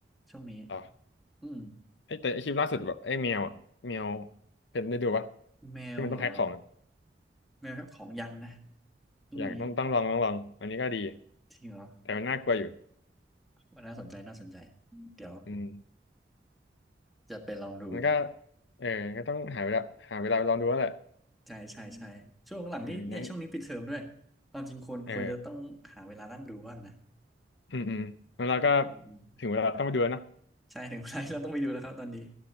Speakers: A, in the centre; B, on the left (about 85°).
A: ช่วงนี้
B: อ๋อ
A: อืม
B: ไอ้แต่ไอ้คลิปล่าสุดแบบไอ้แมวอะแมวเป็นได้ดูปะ
A: แมวเหรอ
B: ที่มันต้องแพ็คของอะ
A: แมวของยังนะช่วงนี้
B: อยากต้องต้องลองต้องลองอันนี้ก็ดี
A: จริงเหรอ
B: แต่มันน่ากลัวอยู่
A: ว่าน่าสนใจน่าสนใจเดี๋ยว
B: อืม
A: จะไปลองดู
B: มันก็เออก็ต้องหาเวลาหาเวลาลองดูแล้วแหละ
A: ใช่ใช่ใช่ช่วงหลังนี้เนี่ยช่วงนี้ปิดเทอมด้วย
B: เอองั้น
A: ความจริงควรควรจะต้องหาเวลานั่งดูบ้างนะ
B: เอออืมอืมงั้นเราก็
A: อืมอืมอืม
B: ถึงเวลาต้องไปดูแล้วเนาะ
A: ใช่ถึงเวลาที่เราต้องไปดูแล้วครับตอนนี้